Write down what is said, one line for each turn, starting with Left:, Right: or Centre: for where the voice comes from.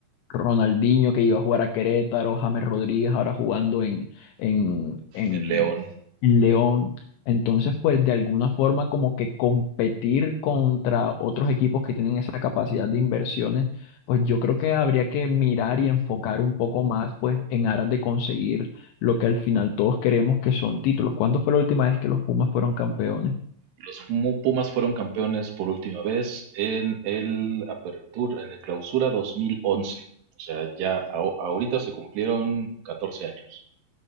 Left: Ronaldinho que iba a jugar a Querétaro, James Rodríguez ahora jugando en, en, en,
Right: el León.
Left: en León. Entonces, pues de alguna forma como que competir contra otros equipos que tienen esa capacidad de inversiones, pues yo creo que habría que mirar y enfocar un poco más pues en aras de conseguir lo que al final todos queremos que son títulos. ¿Cuándo fue la última vez que los Pumas fueron campeones?
Right: Los Mu- Pumas fueron campeones por última vez en el Apertura, en el Clausura 2011. O sea, ya ao- ahorita se cumplieron 14 años.